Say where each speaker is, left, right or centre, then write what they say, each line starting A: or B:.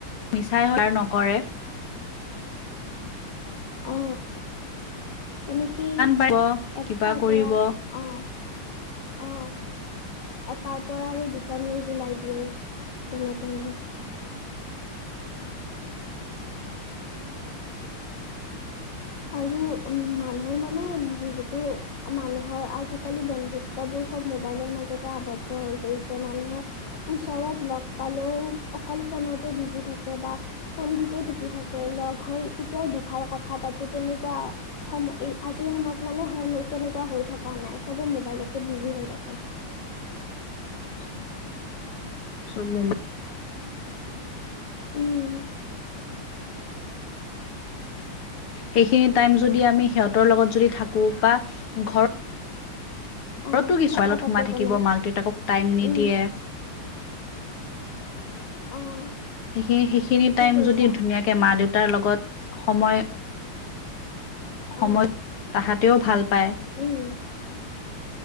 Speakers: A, on the left; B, on the left.
A: মিছাই সাৰ নকৰে
B: অ তেনেকেই
A: পাৰিব
B: এটাৰ
A: কিবা কৰিব
B: পৰা আহ আহ। এটাৰ পৰা আৰু দুটা নিউজ ওলাই দিয়ে যেনে তেনেকে। আৰু উম মানুহ মানুহ মানে যিহেতু মানুহৰ আজিকালি বন্ধুত্ববোৰ চব মোবাইলৰ মাজতে আৱদ্ধ। হৈ গৈছে মানুহে ওচৰত লগ পালেও অকল ফোনতে বিজি থাকে বা ফোনটোকে টিপি থাকে লগ হৈ কেতিয়াও দুখৰ কথা পাতো তেনেকুৱা সময় আজিৰ সময়ত মানে সে তেনেকুৱা হৈ থকা নাই চবে মোবাইলতে বিজি হৈ থাকে।
A: <unintelligible> <unintelligible>
B: উম
A: সেইখিনি টাইম যদি আমি সিহঁতৰ লগত যদি থাকো বা ঘৰ
B: অ
A: ঘৰতো কি
B: কথা
A: ছোৱালত
B: পাতো
A: সোমাই
B: অকণমান
A: থাকিব। মাক দেউতাকক টাইম নিদিয়ে।
B: উম অ'
A: সে সেই সেইখিনি
B: ঠিকেই
A: টাইম
B: কৈছা
A: যদি ধুনীয়াকে মা দেউতাৰ লগত সময়
B: অ
A: সময় তাহা তেওঁ ভাল পায়।
B: উম